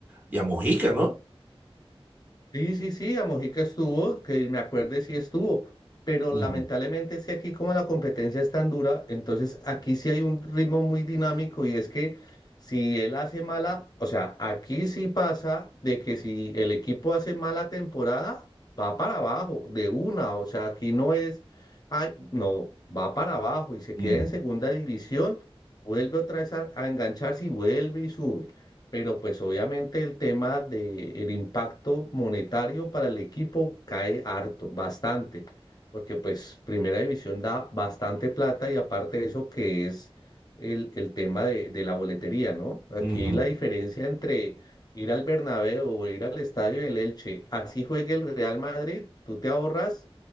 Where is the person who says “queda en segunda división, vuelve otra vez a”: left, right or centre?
Left